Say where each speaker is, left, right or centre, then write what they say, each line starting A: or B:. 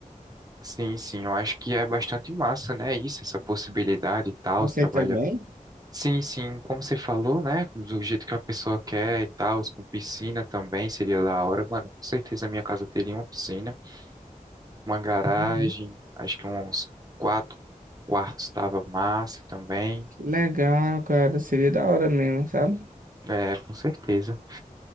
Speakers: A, on the right (about 25°); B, on the right (about 75°).
A: sim, sim, eu acho que é bastante massa, né? Isso, essa possibilidade e tal,
B: Você
A: se trabalhar.
B: também?
A: Sim, sim, como você falou, né? Do jeito que a pessoa quer e tal, com piscina também seria da hora. Mano, com certeza a minha casa teria uma piscina, uma garagem,
B: Uhum.
A: acho que uns quatro quartos tava massa também.
B: Que Legal, cara. Seria da hora mesmo, sabe?
A: É, com certeza.